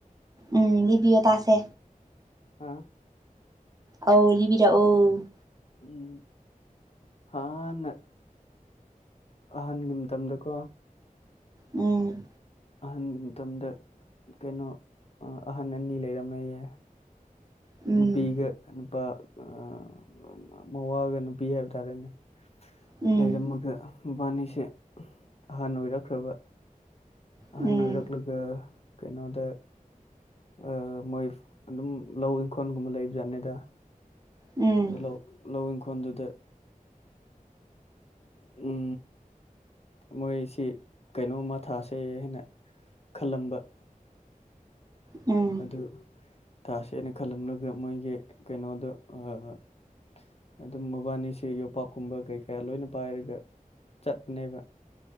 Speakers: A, on the right; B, on the left.
A: ꯎꯝ ꯂꯤꯕꯤꯌꯣ ꯇꯥꯁꯦ
B: ꯍꯥ
A: ꯑꯧ ꯂꯤꯕꯤꯔꯛꯑꯣ
B: ꯎꯝ ꯍꯥꯟꯅ ꯑꯍꯟꯒꯤ ꯃꯇꯝꯗꯀꯣ
A: ꯎꯝ
B: ꯑꯍꯟꯒꯤ ꯃꯇꯝꯗ ꯀꯩꯅꯣ ꯑꯥ ꯑꯍꯟ ꯑꯅꯤ ꯂꯩꯔꯝꯃꯦꯌꯦ
A: ꯎꯝ
B: ꯅꯨꯄꯤꯒ ꯅꯨꯄꯥ ꯑꯥ ꯃꯋꯥꯒ ꯅꯨꯄꯤ ꯍꯥꯏꯕ ꯇꯥꯔꯦꯅꯦ
A: ꯎꯝ
B: ꯂꯩꯔꯝꯃꯒ ꯃꯕꯥꯅꯤꯁꯦ ꯑꯍꯥꯟ ꯑꯣꯏꯔꯛꯈ꯭ꯔꯕ ꯑꯍꯅ
A: ꯎꯝ
B: ꯑꯣꯏꯔꯛꯂꯒ ꯀꯩꯅꯣꯗ ꯑꯥ ꯃꯣꯏ ꯑꯗꯨꯝ ꯂꯧ ꯏꯪꯈꯣꯜꯒꯨꯝꯕ ꯂꯩꯕ ꯖꯥꯠꯅꯤꯗ
A: ꯎꯝ
B: ꯂꯧ ꯂꯧ ꯏꯪꯈꯣꯟꯗꯨꯗ <unintelligible> ꯃꯣꯏꯁꯤ ꯀꯩꯅꯣꯝꯃ ꯊꯥꯁꯦ ꯍꯥꯏꯅ ꯈꯂꯝꯕ
A: ꯎꯝ
B: ꯑꯗꯨ ꯊꯥꯁꯦꯅ ꯈꯂꯝꯔꯒ ꯃꯣꯏꯒꯤ ꯀꯩꯅꯣꯗꯣ ꯑꯥ ꯑꯗꯨꯝ ꯃꯕꯥꯅꯤꯁꯦ ꯌꯣꯄꯥꯛꯀꯨꯝꯕ ꯀꯩꯀꯥ ꯂꯣꯏꯅ ꯄꯥꯏꯔꯒ ꯆꯠꯄꯅ‌ꯦꯕ